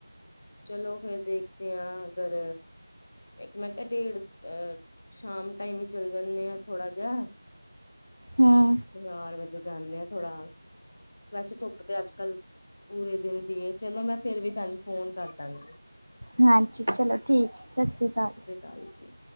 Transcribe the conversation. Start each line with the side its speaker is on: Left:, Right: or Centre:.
Left: ਚਲੋ ਫੇਰ ਦੇਖਤੇ ਆਂ ਅਗਰ ਇੱਕ ਮੈਂ ਕਿਆ ਡੇਢ ਅ ਸ਼ਾਮ ਟਾਈਮ ਹੀ ਚੱਲ ਜਾਂਣੇ ਆ ਥੋੜਾ ਜਿਹਾ
Right: ਹਾਂ
Left: ਚਾਰ ਵਜੇ ਜਾਂਣੇ ਆ ਥੋੜ੍ਹਾ ਵੈਸੇ ਧੁੱਪ ਤੇ ਅੱਜ ਕੱਲ ਪੂਰੇ ਦਿਨ ਦੀ ਚਲੋ ਮੈਂ ਫੇਰ ਵੀ ਤੁਹਾਨੂੰ ਫੋਨ ਕਰ ਦਾਂਗੀ।
Right: ਹਾਂਜੀ ਚਲੋ ਠੀਕ ਹੈ ਸਤਿ ਸ਼੍ਰੀ ਅਕਾਲ।
Left: ਕਾਲ ਜੀ।